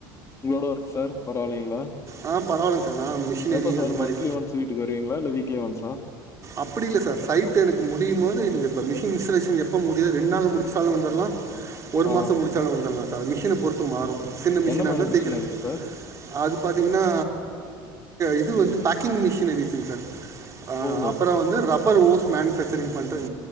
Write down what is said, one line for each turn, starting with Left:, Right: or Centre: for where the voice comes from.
Left: உங்களோட ஒர்க் சார் பரவாயில்லலைங்ளா
Right: ஆ பரவாயில்லைங்க சார் நான் மிஷினரி
Left: எப்ப சார்
Right: அந்த மாதிரி
Left: மந்திலி ஒன்ஸ் வீட்டுக்கு வருவீங்களா இல்ல வீக் வீக்லி ஒன்ஷா
Right: அப்டி இல்ல சார் சைட் எனக்கு முடியும் போது எனக்கு இப்ப மிஷின் இன்ஸ்டாலேஷன் எப்ப முடியுது ரெண்டு நாள் முடிச்சாலும் வந்துடலாம் ஒரு
Left: ஆ
Right: மாசம் முடிச்சாலும் வந்துடலாம் அது மிஷினை பொறுத்து மாறு சின்ன மிஷினா
Left: என்ன மாரி
Right: இருந்தா
Left: மிஷினரிஸ்
Right: சீக்கிரம்
Left: சார்?
Right: அது பாத்தீங்கனா இது வந்து பேக்கிங் மிஷினரிஸுங்க சார்
Left: ப்போ வந்த
Right: அப்புறம் ரப்பர் ஓஸ் மேனுஃபேக்சரிங் பண்றது